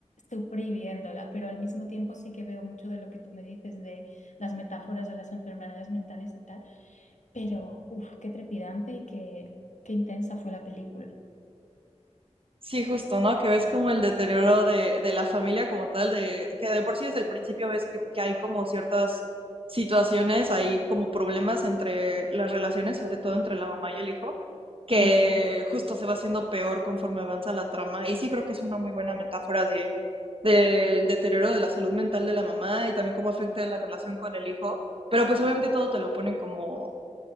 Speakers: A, on the left; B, on the right.
A: sufrí viéndola, pero al mismo tiempo sí que veo mucho de lo que tú me dices de las metáforas de las enfermedades mentales y tal, pero uf, qué trepidante y qué, qué intensa fue la película.
B: Sí, justo, ¿no? Que ves como el deterioro de, de la familia como tal, de que de por sí desde el principio ves que, que hay como ciertas situaciones, hay como problemas entre las relaciones, sobre todo entre la mamá y el hijo, que
A: Ujú,
B: justo se va haciendo peor conforme avanza la trama. Y sí creo que es una muy buena metáfora de, del deterioro de la salud mental de la mamá y también cómo afecta la relación con el hijo. Pero pues obviamente todo te lo ponen como,